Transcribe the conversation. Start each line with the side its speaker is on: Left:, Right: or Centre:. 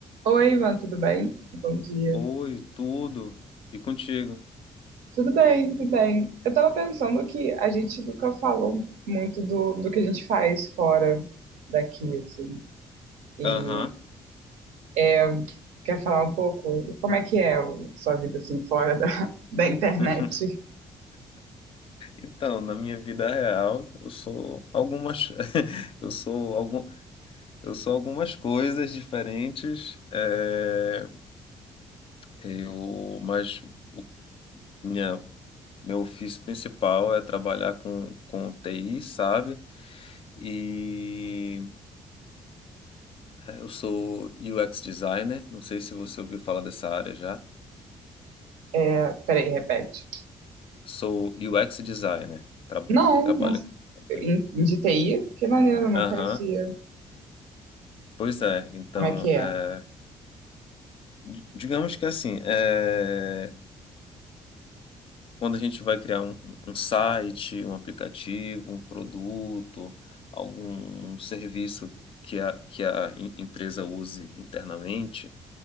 Right: Oi, Ivan, tudo bem? Bom dia.
Left: Oi, tudo. E contigo?
Right: Tudo bem, tudo bem. Eu tava pensando que a gente nunca falou muito do, do que a gente faz fora daqui, assim. E
Left: Aham.
Right: é, quer falar um pouco como é que é a sua vida, assim, fora da, <laughs> da internet?
Left: <laughs> Então, na minha vida real, eu sou algumas <laughs> eu sou algum eu sou algumas coisas diferentes, é, eu mas o- minha meu ofício principal é trabalhar com com TI, sabe? E é, eu sou UX designer, não sei se você ouviu falar dessa área já.
Right: É, peraí, repete.
Left: Sou UX designer, traba-
Right: Não,
Left: que trabalha
Right: não
Left: com TI.
Right: em, em de TI? Que maneiro, eu não
Left: Aham.
Right: conhecia.
Left: Pois é, então,
Right: Como é que
Left: é,
Right: é?
Left: di- digamos que assim, eh, quando a gente vai criar um, um site, um aplicativo, um produto, algum serviço que a, que a em- empresa use internamente,